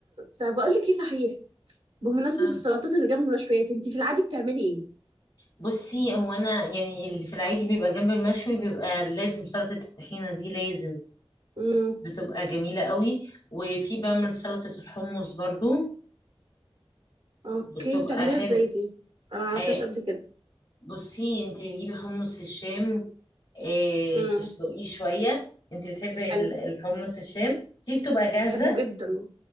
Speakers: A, on the right (about 70°); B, on the left (about 50°).
A: فبقول لك ايه صحيح بمناسبة
B: آه.
A: السلطات اللي جنب المشويات انتي في العادي بتعملي ايه؟
B: بصي هو انا يعني اللي في العادي بيبقى جنب المشوي بيبقى لازم سلطة الطحينة دي لازم
A: امم
B: بتبقى جميلة قوي وفي بعمل سلطة الحمص برضو
A: اوكي
B: بتبقى
A: بتعمليها
B: حلو
A: ازاي دي؟ انا ما عملتهاش
B: آه،
A: قبل كده
B: بصي انت بتجيبي حمص الشام آه،
A: امم
B: تسلقيه شوية انت بتحبي
A: حلو
B: ال- الحمص الشام في بتبقى جاهزة
A: بحبه جدا